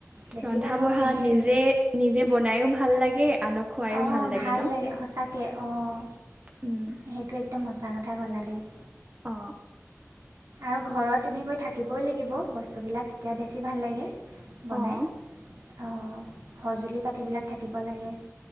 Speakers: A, on the right; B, on the right.
A: বেছিভাগ
B: ৰন্ধা
A: সময়
B: বঢ়া
A: এনেই
B: নিজে
A: আৰু
B: নিজে বনাইো ভাল লাগে। আনক খুৱাইও
A: অঁ ভাল
B: ন?
A: লাগে সঁচাকে অঁ
B: উম,
A: সেইটো একদম সঁচা কথা। কঠা গলালি <unintelligible>
B: আহঁ।
A: আৰু ঘৰত তেনেকৈ থাকিবই লাগিব বস্তুবিলাক তেতিয়া বেছি ভাল লাগে বনাই
B: হয়।
A: সঁজুলি পাতিবিলাক থাকিব লাগে।